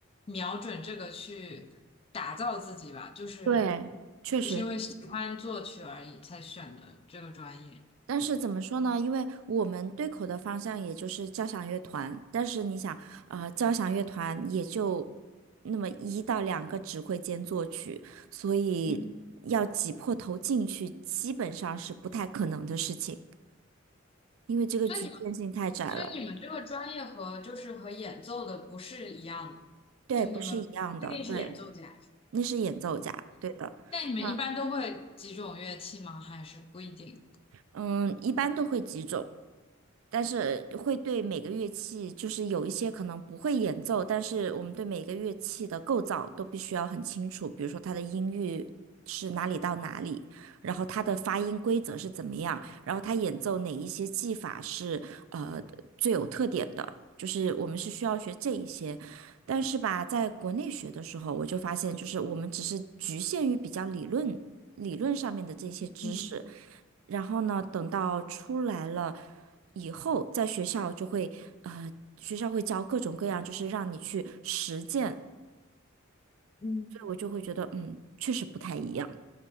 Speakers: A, on the left; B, on the right.
A: 瞄准这个去打造自己吧，就是
B: 对，确实。
A: 就是因为喜欢作曲而已才选的这个专业。
B: 但是怎么说呢？因为我们对口的方向也就是交响乐团，但是你想，呃，交响乐团也就那么一到两个指挥兼作曲，所以要挤破头进去，
A: 嗯。
B: 基本上是不太可能的事情，因为这个局限性太窄了。
A: 所以你。所以你们这个专业和就是和演奏的不是一样的，
B: 对，
A: 就你们不一定是演奏家，
B: 不是一样的，对，那是演奏家，对的。
A: 但你们一般都会几种乐器吗？
B: 那
A: 还是不一定？
B: 嗯，一般都会几种。但是会对每个乐器，就是有一些可能不会演奏，但是我们对每个乐器的构造都必须要很清楚，比如说它的音域是哪里到哪里，然后它的发音规则是怎么样，然后它演奏哪一些技法是呃最有特点的，就是我们是需要学这一些。但是吧，在国内学的时候，我就发现，就是我们只是局限于比较理论。理论上面的这些知识，
A: 嗯
B: 然后呢，等到出来了以后，在学校就会呃，学校会教各种各样，就是让你去实践，
A: 嗯，
B: 所以我就会觉得，嗯，确实不太一样，